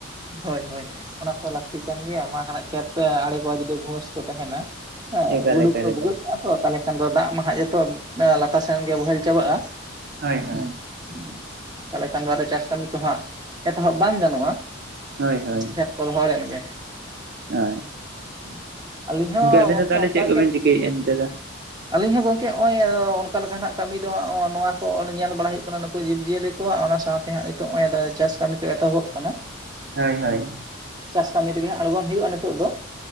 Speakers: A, on the right; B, on the right.
A: ᱦᱳᱭ ᱦᱳᱭ ᱚᱱᱟ ᱠᱚᱫᱚ ᱞᱟᱹᱠᱛᱤ ᱠᱟᱱ ᱜᱮᱭᱟ᱾ ᱢᱟ ᱠᱷᱮᱛ ᱨᱮ ᱟᱲᱮ ᱠᱚ ᱡᱩ ᱫᱤ ᱵᱷᱩᱟᱹᱥ ᱠᱚ ᱛᱟᱦᱮᱱᱟ ᱾ ᱦᱮᱸ
B: ᱮᱠᱟᱞ
A: ᱜᱩᱰᱩ
B: ᱮᱠᱟᱞ
A: ᱠᱚ
B: ᱮᱠᱟᱞ
A: ᱵᱷᱩᱜᱟᱹᱜ ᱠᱟᱜᱼᱟ ᱾ ᱛᱟᱦᱚᱞᱮ ᱠᱷᱟᱱ ᱫᱚ ᱫᱟᱜ ᱢᱟ ᱦᱟᱜ ᱡᱷᱚᱛᱚ ᱞᱟᱛᱟᱨ ᱥᱮᱱ ᱜᱮ ᱵᱚᱦᱮᱞ ᱪᱟᱵᱟᱜᱼᱟ ᱾
B: ᱦᱳᱭ ᱦᱳᱭ
A: ᱛᱟᱦᱚᱞᱮ ᱠᱷᱟᱱ ᱫᱚ ᱟᱫᱚ ᱪᱟᱥ ᱠᱟᱹᱢᱤ ᱠᱚ ᱦᱟᱸᱜ ᱮᱛᱚᱦᱚᱵ ᱵᱟᱝ ᱜᱟᱱᱚᱜᱼᱟ ᱾
B: ᱦᱳᱭ ᱦᱳᱭ ᱾
A: ᱠᱷᱮᱛ ᱠᱚ ᱨᱚᱦᱚᱲ ᱮᱱ ᱜᱮ
B: ᱦᱳᱭ
A: ᱾ ᱟᱹᱞᱤᱧ ᱦᱚᱸ
B: ᱟᱵᱮᱱ
A: ᱜᱚᱝᱠᱮ
B: ᱫᱚ ᱛᱟᱦᱚᱞᱮ
A: ᱚᱱᱠᱟ
B: ᱪᱮᱫ ᱠᱚᱵᱮᱱ
A: ᱜᱮ ᱾
B: ᱪᱤᱠᱟᱹᱭᱮᱫᱼᱟ ᱱᱤᱛᱚᱜ ᱫᱚ
A: ᱟᱹᱞᱤᱧ ᱦᱚᱸ ᱜᱚᱝᱠᱮ ᱱᱚᱜᱼᱚᱭ ᱚᱱᱠᱟ ᱞᱮᱠᱟ ᱱᱟᱜ ᱠᱟᱹᱢᱤ ᱫᱚᱜ ᱱᱚᱣᱟ ᱠᱚ ᱧᱮᱞ ᱵᱟᱲᱟ ᱦᱩᱭᱩᱜ ᱠᱟᱱᱟ ᱱᱩᱠᱩ ᱡᱤᱵᱽᱼᱡᱤᱭᱟᱹᱞᱤ ᱚᱱᱟ ᱥᱟᱶ ᱛᱮ ᱦᱟᱸᱜ ᱱᱤᱛᱚᱜ ᱱᱚᱜ ᱪᱟᱥ ᱠᱟᱹᱢᱤ ᱠᱚ ᱮᱛᱦᱚᱵ ᱠᱟᱱᱟ ᱾
B: ᱦᱳᱭ ᱦᱳᱭ ᱾
A: ᱪᱟᱥ ᱠᱟᱹᱢᱤ ᱨᱮᱜᱮ ᱟᱬᱜᱚᱱ ᱦᱳᱭᱳᱜᱼᱟ ᱱᱤᱛᱚᱜ ᱫᱚ ᱾